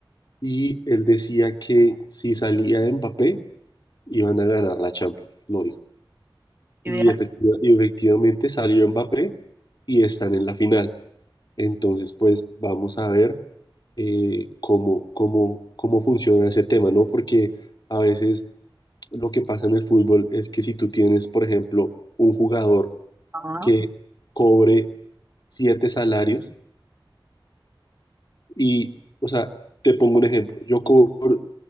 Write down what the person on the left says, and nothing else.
y él decía que si salía Mbappé, iban a ganar la Champions, lo dijo.
Y,
efectiva- y efectivamente salió Mbappé y están en la final. Entonces, pues vamos a ver eh, cómo, cómo, cómo funciona ese tema, ¿no? Porque a veces lo que pasa en el fútbol es que si tú tienes, por ejemplo, un jugador
que cobre siete salarios y, o sea, te pongo un ejemplo, yo cobro,